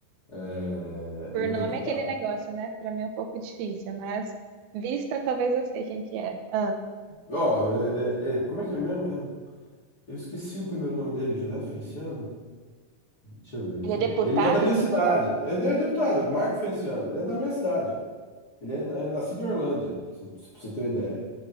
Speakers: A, on the left; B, on the right.
A: É
B: Por
A: um
B: nome
A: deputado.
B: é aquele negócio, né? Pra mim é um pouco difícil, mas vista talvez eu sei quem que é. Ah,
A: Ó, é- é- é- como é que é mesmo? É, eu esqueci o primeiro nome dele, José Feliciano? Deixa eu ver aqui.
B: ele é deputado,
A: Ele é da minha
B: que
A: cidade.
B: você falou?
A: Ele é deputado, Marco Feliciano. Ele é da minha cidade. Ele é, na- é nascido em Orlândia, se- se- pra você ter uma ideia.